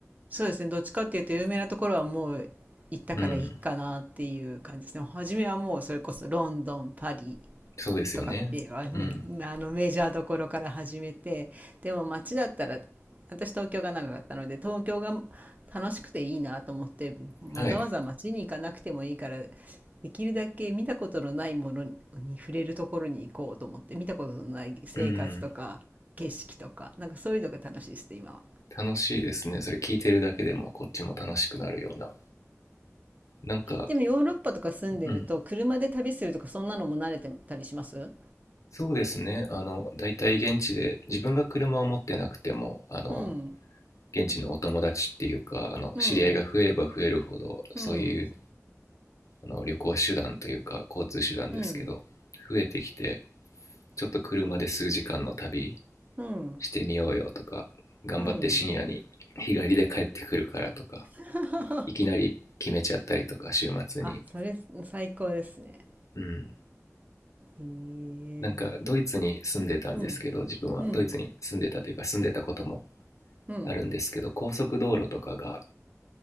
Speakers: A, on the right (about 30°); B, on the left (about 80°).
A: そうですね。どっちかっていうと、有名なところはもう行ったからいいかなっていう感じですね。
B: うん
A: 初めはもうそれこそロンドン、パリ、
B: そうですよねうん
A: とかっていうのはうんあのメジャーどころから始めてでも街だったら私東京が長かったので東京が楽しくていいなと思ってわざわざ街に行かなくてもいいから
B: はい
A: できるだけ見たことのないものに触れるところに行こうと思って見たことのない生活とか景色とかなんかそういうのが楽しいですね今は。
B: うん楽しいですねそれ聞いてるだけでもこっちも楽しくなるようななんか
A: でもヨーロッパとか住んでると車で旅するとかそんなのも慣れてたりします
B: うんそうですね。あの、大体現地で、自分が車を持ってなくても、あの、
A: うん
B: 現地のお友達っていうか、あの、
A: うん
B: 知り合いが増えれば増えるほど、
A: うん
B: そういう、あの、旅行手段というか、交通手段ですけど、
A: うん
B: 増えてきて、ちょっと車で数時間の旅
A: うん
B: してみようよとか、頑張って深夜に日帰りで帰ってくるからとか、
A: うん <laughs>
B: いきなり決めちゃったりとか、週末に。
A: あ、それ最高ですね。
B: うん。
A: へえ。
B: なんか、ドイツに住んでたんですけど、
A: うん。
B: 自分はドイツに住んでたというか、
A: うん。
B: 住んでたことも
A: うん。
B: あるんですけど、高速道路とかが、